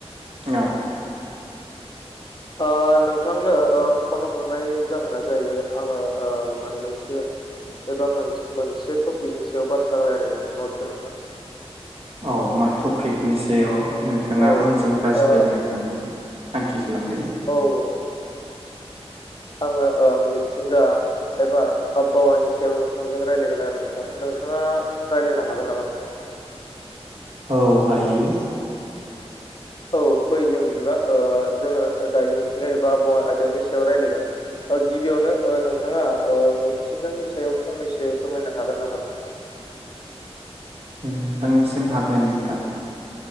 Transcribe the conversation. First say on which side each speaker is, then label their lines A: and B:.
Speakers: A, on the right (about 65°); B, on the left (about 45°).
A: <unintelligible>
B: ओ नोंथांनो ओ फन हरनाय जाहोना जाहैबाय आङो ओ मोननैसो एबा मोन-मोनसे टपिकनि सायाव बाथ्रा रायलायनो फन हरदो नोंथां।
A: औ मा टपिकनि सायाव नोंथाङा
B: औ
A: आंजों रायज्लायनो
B: औ।
A: होननानै थांखि खालामदों?
B: औ <unintelligible> आङो ओ मिथिंगा एबा आबहावानि सायाव नोंथांजों रायज्लायगोन आरो नोंथां। नोंथाङा रायलायनो हागोन नामा नोंथां?
A: औ हायो।
B: औ फै जों बिदिबा ओ जोङो दायो मिथिंगा एबा आब'हावा आयदानि सायाव रायलायगोन। ओ गिबियावनो ओ नोंथाङा मिथिंगानि सायाव फंनैसो फोरमायनो हागोन नामा नोंथां?
A: नोंथांनिसिम हागोन नोंथां।